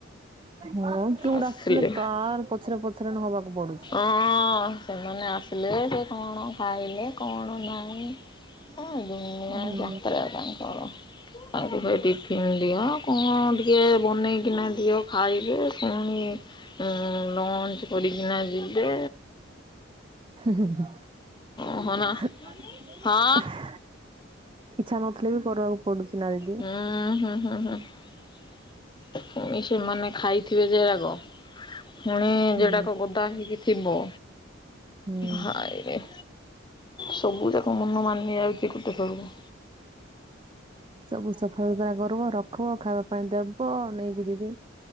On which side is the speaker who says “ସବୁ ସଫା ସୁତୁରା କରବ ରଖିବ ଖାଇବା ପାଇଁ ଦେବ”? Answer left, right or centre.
Right